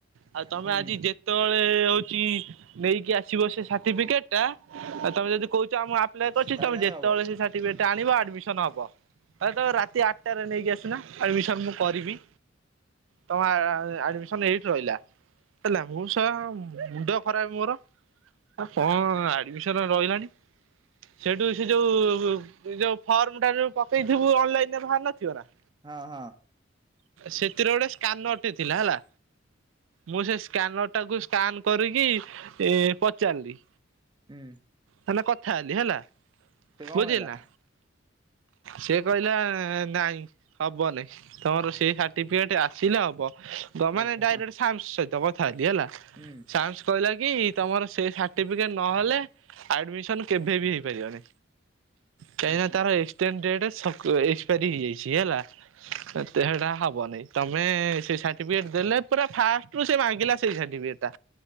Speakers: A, on the right (about 75°); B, on the right (about 25°).
A: ଆଉ ତମେ
B: ହୁଁ
A: ଆଜି ଯେ ଯେତବେଳେ ହଉଛି ନେଇକି ଆସିବ ସେ ସାର୍ଟିଫିକେଟଟା ଆଉ ତମେ ଯଦି କହୁଛ ଆମ ଆପ୍ ଆପ୍ଲାଏ କରିଛି
B: ତାପରେ
A: ତମେ
B: ଯାଇକି
A: ଯେତେବେଳେ
B: ହବ।
A: ସେ ସାର୍ଟିଫିକେଟ୍ ଆଣିବ ଆଡମିସନ ହବ। ହଉ ତମେ ରାତି ଆଠଟାରେ ନେଇକି ଆସୁନା ଆଡମିସନ ମୁଁ କରିବି। ତମ ଆ ଆ ଆଡ ଆଡମିସନ ଏଇଠି ରହିଲା। ହେଲା ମୁ ସେୟା ମୁଣ୍ଡ ଖରାପ ମୋର ଆ କଣ ଆଡମିସନ ରହିଲାଣି। ସେଇଠୁ ସେ ଯୋଉ ଯୋଉ ଫର୍ମ ଟା ଯୋଉ ପକେଇଥିବୁ ଅନଲାଇନ ରେ ବାହାରି ନଥିବ ନା?
B: ହଁ ହଁ।
A: ସେଥିରେ ଗୋଟେ ସ୍କାନରଟେ ଥିଲା ହେଲା। ମୁଁ ସେ ସ୍କାନରଟାକୁ ସ୍କାନ କରିକି ଏ ପଚାରିଲି।
B: ହୁଁ।
A: ତାନେ କଥା ହେଲି ହେଲି
B: ସେ କଣ
A: ବୁଝିଲୁନା?
B: ହେଲା
A: ସେ କହିଲା ନାଇଁ ହବନାଇଁ। ତମର ସେଇ ସାର୍ଟିଫିକେଟ ଆସିଲେ ହବ
B: ଏଇ
A: ମାନେ
B: ଶୁଣ
A: ଡାଇରେକ୍ଟ ସାମ୍ସ ସହିତ କଥା ହେଲି ହେଲା।
B: ହୁଁ।
A: ତାକ୍ସ କହିଲା କି ତମର ସେ ସାର୍ଟିଫିକେଟ ନହେଲେ। ଆଡମିସନ କେବେ ବି ହେଇପାରିବନି। କାହିଁକିନା
B: ଏଇ ଶୁଣ
A: ତାର ଏସ ତେ ଡେନେସେ ସକୂଅ ଏକ୍ସେପାରି ହେଇଯାଇଛି ହେଲା। ତେଢା ହବନି ତମେ ସେ ସାର୍ଟିଫିକେଟେ ଦେଲେ ପୁରା ଫାଷ୍ଟ ତୁ ସେ ମାଗିଲା ସେଇ ସାଟିବିକେ ଟା।